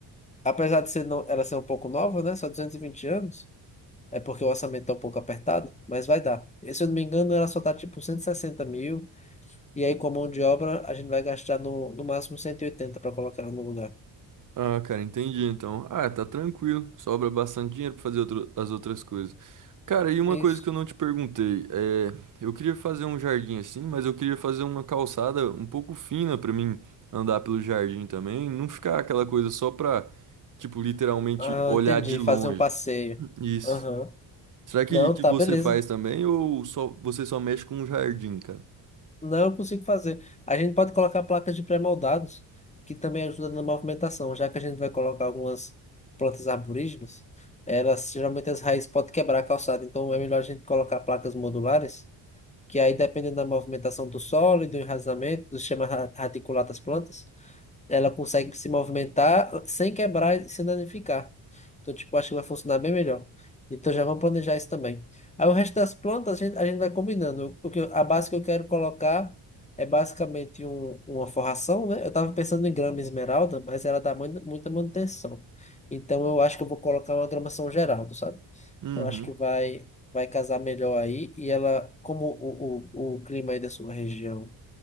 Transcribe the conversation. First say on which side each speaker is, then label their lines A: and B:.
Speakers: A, on the left (about 15°); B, on the right (about 45°).
A: Apesar de ser não, ela ser um pouco nova, né? Só 220 anos. É porque o orçamento tá um pouco apertado, mas vai dar. E, se eu não me engano, ela só tá tipo 160 mil. E aí, com a mão de obra, a gente vai gastar no, no máximo 180 para colocar ela no lugar.
B: Ah, cara, entendi então. Ah, tá tranquilo. Sobra bastante dinheiro pra fazer outro- as outras coisas. Cara, e uma
A: É
B: coisa
A: Isso.
B: que eu não te perguntei, é, eu queria fazer um jardim assim, mas eu queria fazer uma calçada um pouco fina pra mim andar pelo jardim também, não ficar aquela coisa só pra, tipo, literalmente
A: Ah,
B: olhar
A: entendi.
B: de longe.
A: Fazer um passeio.
B: Isso.
A: Aham.
B: Será que,
A: Não,
B: que
A: tá,
B: você
A: beleza.
B: faz também ou só você só mexe com o jardim, cara?
A: Não, eu consigo fazer. A gente pode colocar placas de pré-moldados, que também ajuda na movimentação, já que a gente vai colocar algumas plantas arborígenas, elas geralmente as raízes podem quebrar a calçada, então é melhor a gente colocar placas modulares, que aí dependendo da movimentação do solo e do enraizamento, do sistema ra- radicular das plantas, ela consegue se movimentar sem quebrar e se danificar. Então, tipo, acho que vai funcionar bem melhor. Então já vamos planejar isso também. Aí o resto das plantas a gente, a gente vai combinando. O que, eu- a base que eu quero colocar é basicamente um, uma forração, né? Eu estava pensando em grama esmeralda, mas ela dá muita, muita manutenção. Então eu acho que eu vou colocar uma grama São Geraldo, sabe?
B: Uhum.
A: Eu acho que vai, vai casar melhor aí. E ela, como o, o, o clima aí da sua região